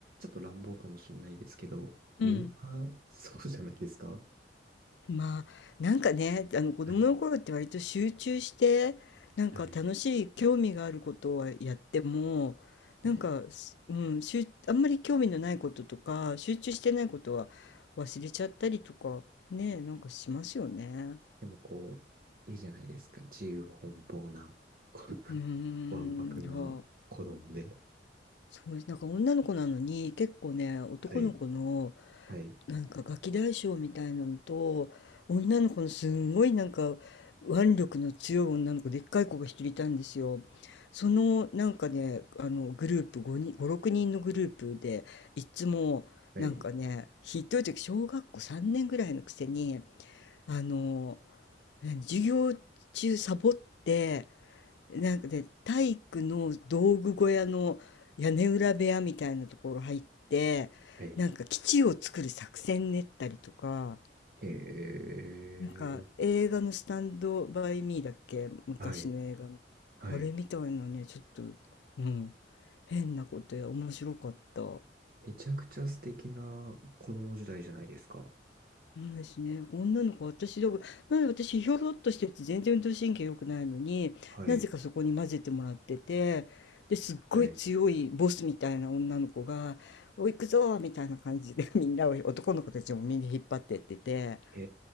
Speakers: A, on the right; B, on the left.
A: ょっと乱暴かもしれないですけど、
B: うん
A: みんなそうじゃないですか
B: まあなんかねあの子供の頃って割と集中してなんか楽しい興味があることをやってもなんか、
A: はい。はい。はい。
B: すうん、しゅあんまり興味のないこととか集中してないことは忘れちゃったりとかねなんかしますよね。
A: でもこう、いいじゃないですか。自由奔放な、こ
B: うーんいや
A: うわんぱくな子供で。
B: そうですなんか女の子なのに結構ね男の子の
A: はい。はい。
B: なんかガキ大将みたいなのと女の子のすんごいなんか腕力の強い女の子でっかい子が一人いたんですよ。そのなんかねあのグループ5人、5、6人のグループでいつもなんかねひどい時小学校3年ぐらいのくせに
A: はい。
B: あの何授業中サボってなんかで体育の道具小屋の屋根裏部屋みたいなところ入って、
A: はい。
B: なんか基地を作る作戦練ったりとか、
A: へえ。
B: なんか映画のスタンドバイミーだっけ、昔の映画の。
A: はい。はい。
B: あれみたいなね、
A: え、
B: ちょっと、うん、変なことや、面白かった。
A: めちゃくちゃ素敵な子供時代じゃないですか。
B: うんですね。女の子、私だから、なんで私、ひょろっとしてて、全然運動神経良くないのに、
A: はい。
B: なぜかそこに混ぜてもらってて、ですっごい強いボスみたいな女の子が、
A: はい。
B: おい、行くぞーみたいな感じで、みんなを、男の子たちもみんな引っ張ってってて、
A: え